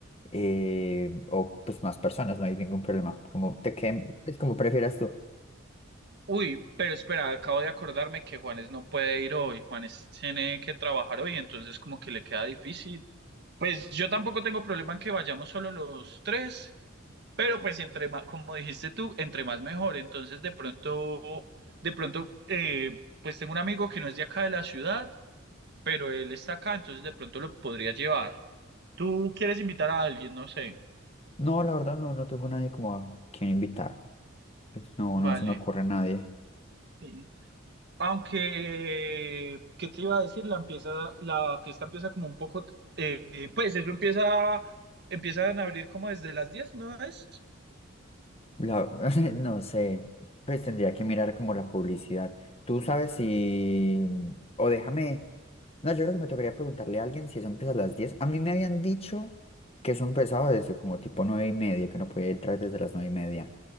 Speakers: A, on the left (about 30°); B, on the right (about 55°).
A: eh, o pues más personas, no hay ningún problema. Como te queden, es como prefieras tú.
B: Uy, pero espera, acabo de acordarme que Juanes no puede ir hoy. Juanes tiene que trabajar hoy, entonces como que le queda difícil. Pues yo tampoco tengo problema en que vayamos solo los tres, pero pues entre más, como dijiste tú, entre más mejor. Entonces de pronto, de pronto, eh, pues tengo un amigo que no es de acá de la ciudad, pero él está acá, entonces de pronto lo podría llevar. Tú quieres invitar a alguien, no sé.
A: No, la verdad no, no tengo nadie como a quien invitar. Pues no,
B: Vale.
A: no se me ocurre a nadie.
B: Sí. Aunque, ¿qué te iba a decir? La empieza, la fiesta empieza como un poco, eh, eh, pues eso empieza, empiezan a abrir como desde las 10, ¿no es?
A: La- <laughs> no sé, pues tendría que mirar como la publicidad. Tú sabes si, o déjame. No, yo creo que me tocaría preguntarle a alguien si eso empieza a las diez A mí me habían dicho que eso empezaba desde como tipo 9 y media, que no podía entrar desde las 9 y media.